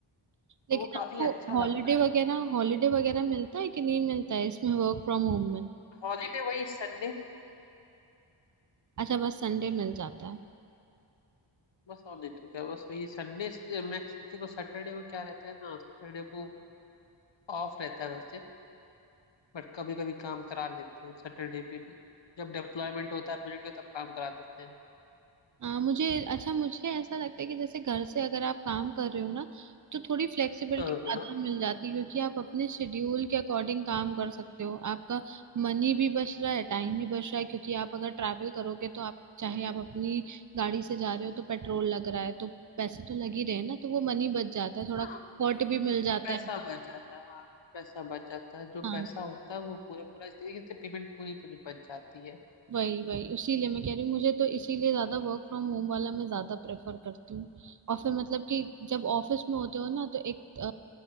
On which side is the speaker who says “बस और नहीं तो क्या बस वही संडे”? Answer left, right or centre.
Left